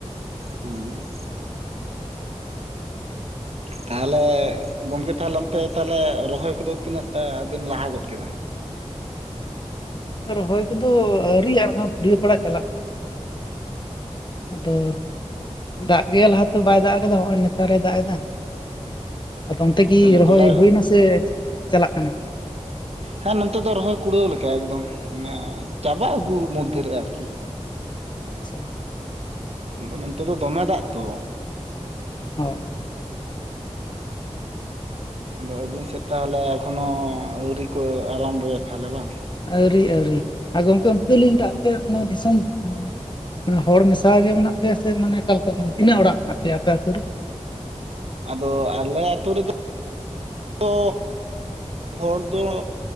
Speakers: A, on the right (about 60°); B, on the left (about 40°).
A: ᱦᱩᱸ ᱛᱟᱦᱮᱞᱮ ᱜᱚᱝᱠᱮ ᱛᱟᱦᱚᱞᱮ ᱚᱱᱛᱮ ᱛᱟᱦᱞᱮ ᱨᱚᱦᱚᱭ ᱠᱚᱫᱚ ᱛᱤᱱᱟᱹᱜ ᱴᱟ ᱵᱤᱱ ᱞᱟᱦᱟ ᱜᱚᱫ ᱠᱮᱫᱟ
B: ᱨᱚᱦᱚᱭ ᱠᱚᱫᱚ ᱟᱹᱣᱨᱤᱭᱟᱜ ᱟ ᱢᱮᱱᱠᱟᱷᱟᱱ ᱯᱩᱲᱭᱟᱹ ᱯᱟᱲᱟᱜ ᱪᱟᱞᱟᱜ ᱠᱟᱱᱟ ᱟᱫᱚ ᱫᱟᱜ ᱜᱮ ᱞᱟᱦᱟᱛᱮ ᱵᱟᱭ ᱫᱟᱜ ᱠᱟᱫᱟ ᱦᱚᱜᱼᱚᱭ ᱱᱮᱛᱟᱨᱮ ᱫᱟᱜ ᱮᱫᱟ ᱟᱫᱚᱢ ᱛᱮᱠᱤ
A: ᱛᱟᱦᱚᱞᱮ
B: ᱨᱚᱦᱚᱭ
A: ᱛᱚᱞᱟ
B: ᱦᱩᱭᱱᱟ ᱥᱮ ᱪᱟᱞᱟᱜ ᱠᱟᱱᱟ
A: ᱦᱮᱸ ᱱᱚᱸᱱᱛᱮ ᱫᱚ ᱨᱚᱦᱚᱭ ᱠᱩᱲᱟᱹᱣ ᱞᱮᱠᱟ ᱮᱠᱫᱚᱢ ᱢᱟᱱᱮ ᱪᱟᱵᱟᱜ ᱟᱹᱜᱩ ᱢᱚᱫᱽᱫᱷᱮ ᱨᱮ ᱟᱨᱠᱤ
B: ᱟᱪᱪᱷᱟ
A: ᱟᱫᱚ ᱱᱚᱱᱛᱮ ᱫᱚ ᱫᱚᱢᱮ ᱫᱟᱜ ᱛᱚ
B: ᱚ
A: ᱟᱫᱚ ᱟᱹᱵᱤᱱ ᱥᱮᱫ ᱛᱟᱦᱚᱞᱮ ᱮᱠᱷᱚᱱᱚ ᱟᱹᱣᱨᱤ ᱠᱚ ᱟᱨᱚᱢᱵᱚᱭᱟ ᱛᱟᱦᱚᱞᱮ ᱵᱟᱝ
B: ᱟᱹᱣᱨᱤ ᱟᱹᱣᱨᱤ ᱟ ᱜᱚᱝᱠᱮ ᱚᱱᱛᱮᱞᱤᱧ ᱫᱟ ᱟᱯᱮ ᱱᱚᱣᱟ ᱫᱤᱥᱚᱢ ᱢᱟᱱᱮ ᱦᱚᱲ ᱢᱮᱥᱟ ᱜᱮ ᱢᱮᱱᱟᱜ ᱯᱮᱭᱟ ᱥᱮ ᱢᱟᱱᱮ ᱟᱠᱟᱞᱮᱠᱟ ᱠᱟᱱᱟ ᱛᱤᱱᱟᱹᱜ ᱚᱲᱟᱜ ᱢᱮᱱᱟᱜ ᱯᱮᱭᱟ ᱟᱯᱮ ᱟᱛᱳ ᱨᱮ
A: ᱟᱫᱚ ᱟᱞᱮ ᱟᱹᱛᱳ ᱨᱮᱫᱚ ᱫᱚ ᱦᱚᱲ ᱫᱚ